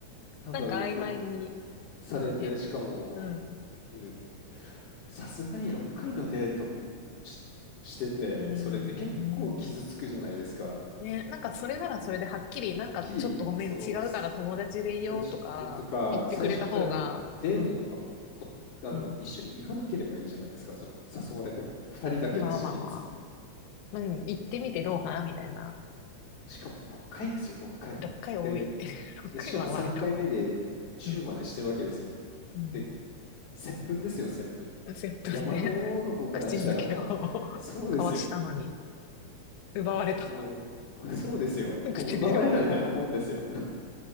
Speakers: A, on the left; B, on the left.
A: なんか、
B: なんか曖昧に、
A: ろされて、
B: ね。
A: しかも、
B: うん。
A: うん、さすがに6回のデート、ししてて、
B: うん、
A: それって結構傷つくじゃないですか。
B: うん。ね、なんかそれならそれではっきり、なんかちょっとごめん、
A: 日々、そう、
B: 違うから友達でいようとか言ってくれた方が、
A: す私よとか、最初からもうデートとかも、
B: うん、
A: こあの、
B: うん。
A: 一緒に行かなければいいじゃないですか、その、誘われても。2人だけですし、
B: まあまあまあ。
A: いつも。
B: うん、行ってみてどうかなみたいな。
A: しかも6回ですよ、6回。
B: 6回多い。
A: で
B: <laughs> 6回は割と多い。
A: で、しかも3回目でチューまでしてるわけですよ。
B: うん、うん。
A: で、接吻ですよ、接吻。
B: 10ね
A: 大和王の子からしたらもう、
B: <laughs> 口づけを <laughs> 交
A: そうですよ。
B: わしたのに、奪われた
A: もう、そうですよ。
B: <laughs> 唇を。
A: もう奪われたみたいなもんですよ。
B: あら。